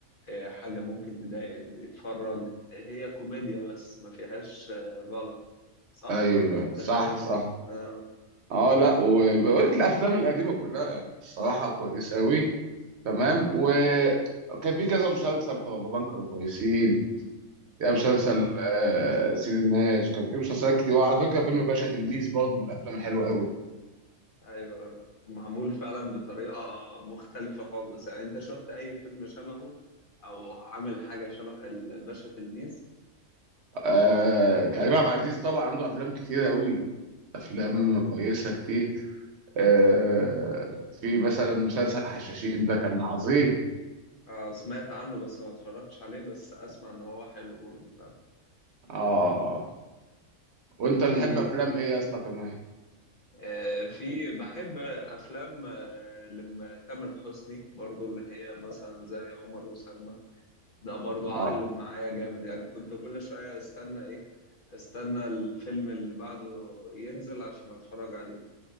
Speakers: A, on the left (about 50°); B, on the right (about 60°).
A: آه، حاجة ممكن تضايق اللي بيتفرج هي كوميديا بس ما فيهاش آه، غلط صح
B: ايوه
A: ولا انت
B: صح
A: شايف
B: صح
A: اه
B: اه لا والافلام القديمه كلها الصراحه كويسه قوي تمام
A: اه
B: وكان في كذا مسلسل في رمضان كانوا كويسين يا مسلسل
A: مم.
B: آه سيد الناس كان في مسلسلات كتير وعلى فكره فيلم باشا تلميذ برضه من الافلام الحلوه قوي
A: ايوه معمول فعلا بطريقة مختلفة خالص يعني انت شفت اي فيلم شبهه او عامل حاجة شبه الباشا تلميذ
B: آه كريم عبد العزيز طبعا عنده افلام كتير قوي افلام
A: اه
B: كويسه كتير آه في مثلا مسلسل حشاشين ده كان عظيم
A: آه، سمعت عنه بس ما اتفرجتش عليه بس اسمع ان هو حلو برضه فاهم
B: اه وانت
A: في
B: بتحب افلام ايه يا اسطى كمان
A: آه، في بحب افلام آه، لما تامر حسني برضه اللي هي مثلا زي عمر وسلمى ده برضه علم
B: اه
A: معايا جامد يعني كنت كل شوية استنى ايه استنى الفيلم اللي بعده ينزل عشان اتفرج عليه